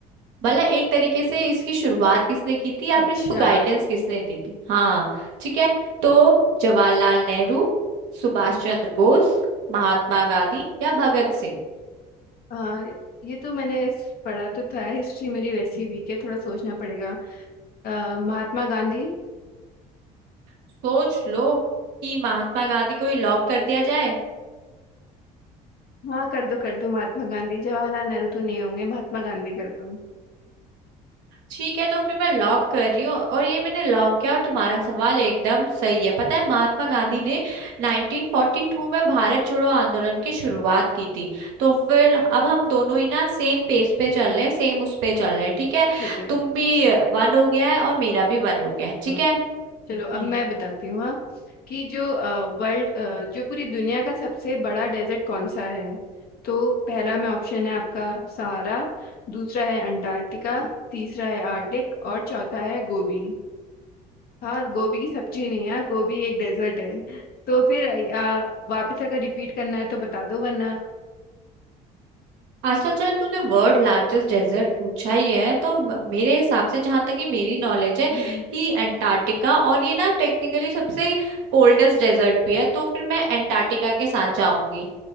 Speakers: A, on the right (about 75°); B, on the left (about 55°).
A: भला एक तरीके से इसकी शुरुआत किसने की थी या
B: अच्छा
A: फिर इसको गाइडेंस किसने दी थी हाँ ठीक है तो जवाहरलाल नेहरू सुभाष चंद्र बोस महात्मा गांधी या भगत सिंह
B: आ, ये तो मैंने इस- पढ़ा तो था हिस्ट्री मेरी वैसी वीक है थोड़ा सोचना पड़ेगा आ, महात्मा गांधी
A: सोच लो कि महात्मा गांधी को ही लॉक कर दिया जाए
B: हाँ कर दो कर दो महात्मा गांधी जवाहरलाल नेहरू तो नहीं होंगे महात्मा गांधी कर दो
A: ठीक है तो फिर मैं लॉक कर रही हूँ और ये मैंने लॉक किया और तुम्हारा सवाल एकदम सही है पता है महात्मा गांधी ने 1942 में भारत छोड़ो आंदोलन की शुरुआत की थी तो फिर अब हम दोनों ही ना सेम पेज पे चल रहे हैं सेम उस पे चल रहे हैं ठीक है
B: ठीक है
A: तुम भी वन हो गया है और मेरा भी वन हो गया है ठीक
B: हाँ
A: है
B: चलो
A: हम्म
B: अब मैं बताती हूँ हाँ कि जो वर्ल्ड जो पूरी दुनिया का सबसे बड़ा डेजर्ट कौन सा है तो पहला में ऑप्शन है आपका सहारा दूसरा है अंटार्कटिका तीसरा है आर्टिक और चौथा है गोबी हाँ गोबी की सब्जी नहीं है गोबी एक डेजर्ट है तो फिर आ, वापस अगर रिपीट करना है तो बता दो वरना
A: अच्छा चल तूने वर्ल्ड लार्जेस्ट डेजर्ट पूछा ही है तो म- मेरे हिसाब से जहां तक कि मेरी नॉलेज है
B: हम्म,
A: कि अंटार्कटिका और ये ना टेक्निकली सबसे कोल्डेस्ट डेजर्ट भी है तो फिर मैं अंटार्कटिका के साथ जाऊंगी